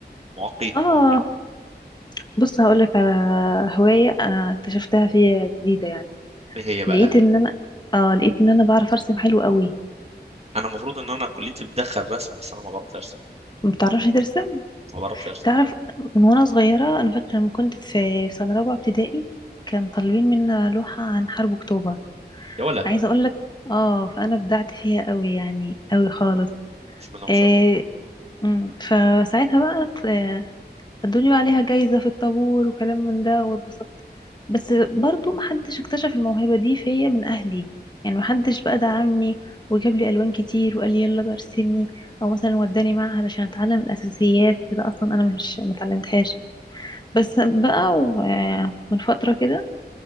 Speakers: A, on the right (about 35°); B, on the left (about 25°).
A: معاقين
B: اه
A: معاقين
B: بص هقولك على هواية انا اكتشفتها فيها جديدة يعني
A: ايه هي بقى
B: لقيت ان انا اه لقيت ان انا بعرف ارسم حلو قوي
A: انا المفروض ان انا كليتي بتدخل رسم بس انا ما بعرفش ارسم
B: ما بتعرفش ترسم
A: ما بعرفش ارسم
B: تعرف من وانا صغيرة انا فاكرة لما كنت في في سنة رابعة ابتدائي كان طالبين منا لوحة عن حرب اكتوبر
A: يا ولا
B: عايزة اقول لك اه فانا بدعت فيها قوي يعني قوي خالص
A: بسم الله ما
B: إيه
A: شاء الله
B: أمم، فساعتها بقى ط- آه، ادوني بقى عليها جايزة في الطابور وكلام من ده واتبسطت بس برضو محدش اكتشف الموهبة دي فيا من اهلي يعني محدش بقى دعمني وجاب لي الوان كتير وقال لي يلا بقى ارسمي او مثلا وداني معهد عشان اتعلم الاساسيات اللي اصلا انا مش متعلمتهاش بس بقى و- آه، من فترة كده